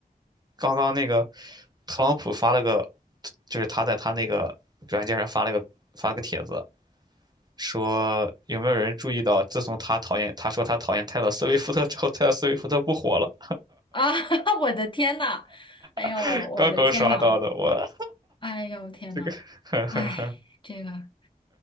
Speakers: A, on the right; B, on the left.
A: 刚刚那个特朗普发了个，就是他在他那个软件上发了个发了个帖子，说有没有人注意到，自从他讨厌他说他讨厌泰勒·斯威夫特之后，泰勒·斯威夫特不火了。
B: 啊，<laughs> 我的天呐，哎呦，
A: <laughs>
B: 我的天呐！
A: 刚刚刷到的，我
B: 哎呦天呐，
A: 这个，<laughs>
B: 哎，这个，